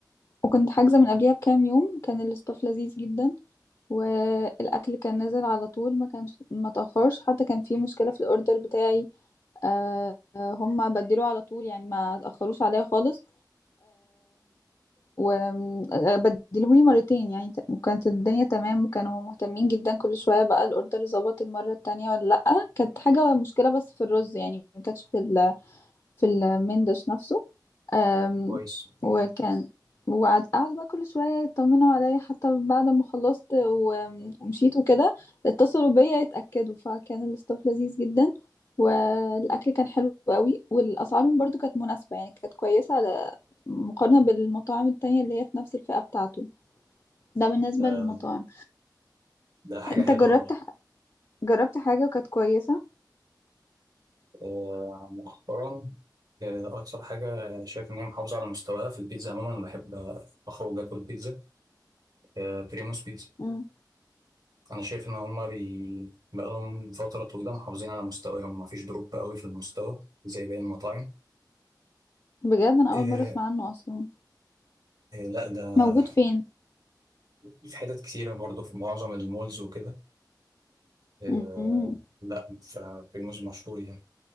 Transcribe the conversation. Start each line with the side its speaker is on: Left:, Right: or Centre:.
Left: وكنت حاجزه من قبليها بكام يوم كان الاستاف لذيذ جدا والاكل كان نازل على طول ما كانش ما تاخرش حتى كان في مشكله في الاوردر بتاعي آه، هم بدلوه على طول يعني ما تاخروش عليا خالص وبدلهولي مرتين يعني ت- وكانت الدنيا تمام وكانوا مهتمين جدا كل شوية بقى الأوردر ظبط المرة التانية ولا لأ كانت حاجة مشكلة بس في الرز يعني ما كانتش في ال في المندش نفسه أم،
Right: كويس
Left: وكان وقعد قعد بقى كل شوية يطمنوا عليا حتى بعد ما خلصت و- ومشيت وكده اتصلوا بيا يتأكدوا فكان الاستاف لذيذ جدا والأكل كان حلو قوي والأسعارهم برضو كانت مناسبة يعني كانت كويسة على مقارنة بالمطاعم التانية اللي هي في نفس الفئة بتاعته ده بالنسبة
Right: ده
Left: للمطاعم
Right: ده حاجة
Left: انت
Right: حلوة
Left: جربت
Right: أوي
Left: ح- جربت حاجة وكانت كويسة
Right: آه، مؤخرا آه، أكثر حاجة شايف إن هي محافظة على مستواها في البيتزا عموما أنا بحب أخرج آكل بيتزا آه، بريموس بيتزا
Left: مم.
Right: أنا شايف إن هما بي... بقالهم فترة طويلة محافظين على مستواهم مفيش دروب قوي في المستوى زي باقي المطاعم
Left: بجد أنا أول
Right: آه،
Left: مرة أسمع عنه أصلا
Right: آه، لا ده
Left: موجود فين
Right: في حتت كتيرة برضه في معظم المولز وكده آه،
Left: مم.
Right: لا فبريموس مشهور يعني